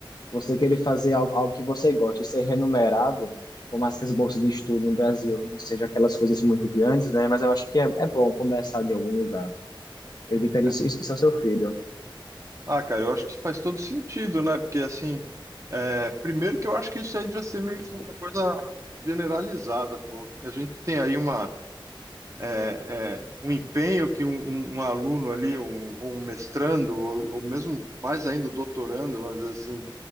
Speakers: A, on the left; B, on the right.
A: você querer fazer algo, algo que você gosta e ser remunerado, por mais que as bolsas de estudo no Brasil não sejam aquelas coisas muito grandes, né? Mas eu acho que é, é bom começar de algum lugar. Eu indicaria
B: É,
A: isso, isso ao seu filho,
B: Ah, cara, eu acho que faz todo sentido, né? Porque, assim, é, primeiro que eu acho que isso aí devia ser meio que uma coisa generalizada, pô. A gente tem aí uma, é, é, um empenho que um, um- um aluno ali, um, ou um mestrando, ou, ou mesmo mais ainda o doutorando, vamos dizer assim,